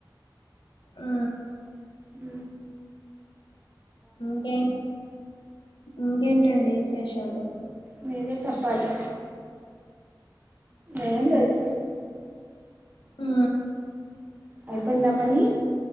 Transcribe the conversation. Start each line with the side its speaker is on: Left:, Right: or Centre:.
Left: హు
Right: అ
Left: ఇంకే ఇంకేంటండి విశేషాలు
Right: మీరే చెప్పాలి ఎం లేదు
Left: ఆ
Right: అయిపోయిందా పనీ